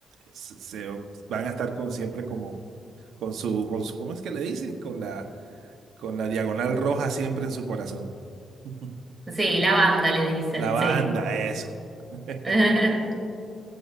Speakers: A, on the right (about 80°); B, on the right (about 25°).
A: se, se- van a estar con siempre como con su, con su, ¿cómo es que le dicen? Con la, con la diagonal roja siempre en su corazón. <laughs>
B: sí, la banda le dicen,
A: La banda,
B: sí.
A: eso. <laughs>
B: <laughs>